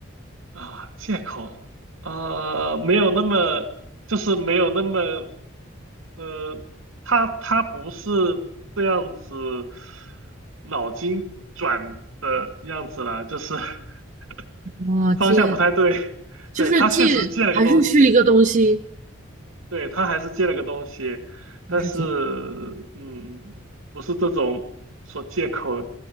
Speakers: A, on the right; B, on the right.
A: 啊，借口，呃，没有那么。就是没有那么呃，他他不是这样子脑筋转的样子啦，就是 <laughs>
B: 啊，借
A: 方向不太对。
B: 就是借，
A: 对，他确实借了个东西，
B: 还是是一个东西，
A: 对，他还是借了个东西，但是
B: 还是借
A: 嗯，不是这种说借口